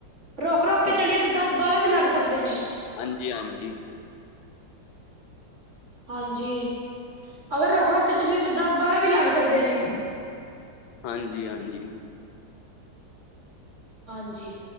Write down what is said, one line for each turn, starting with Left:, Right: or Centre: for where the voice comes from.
Right: ਰੋਕ-ਰੋਕ
Left: ਅੱਛਾ
Right: ਕੇ ਚਲੀਏ ਤਾ ਦਸ ਬਾਰਾ ਵੀ ਲੱਗ ਸਕਦੇ ਨੇ।
Left: ਹਾਂਜੀ-ਹਾਂਜੀ
Right: ਹਾਂਜੀ ਅਗਰ ਰੁਕ-ਰੁਕ ਕੇ ਚਲੀਏ ਫਿਰ ਦਸ ਬਾਰਾ ਵੀ ਲੱਗ ਸਕਦੇ ਨੇ।
Left: ਹਾਂਜੀ-ਹਾਂਜੀ
Right: ਹਾਂਜੀ